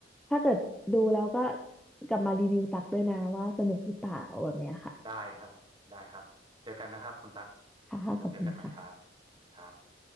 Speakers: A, in the centre; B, on the right.
A: ถ้าเกิดดูแล้วก็กลับมารีวิวตักด้วยนะว่าสนุกหรือเปล่าแบบเนี้ยค่ะ
B: ได้ครับ ได้ครับ เจอกันนะครับคุณตั๊ก
A: ค่ะขอบคุณค่ะ
B: ไว้เจอกันใหม่ครับครับ